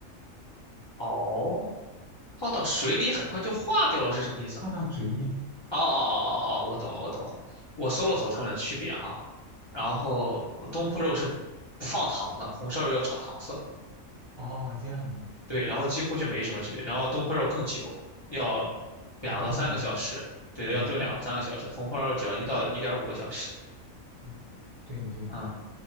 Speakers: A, on the left; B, on the right.
A: 哦，放到水里很快就化掉了，是什么意思啊？
B: 放到嘴里。
A: 哦哦哦哦哦，我懂了，我懂了。我搜了搜它们的区别哈，然后东坡肉是不放糖的，红烧肉要炒糖色，
B: 哦，这样的，
A: 对，然后几乎就没什么区别。
B: 嗯
A: 然后东坡肉更久，要两到三个小时，
B: 还炖好久，
A: 对的，
B: 对，
A: 要炖两三个小时。
B: 炖很久。
A: 红烧肉只要一到一点五个小时，
B: 嗯，对的，对的，
A: 嗯，
B: 对的。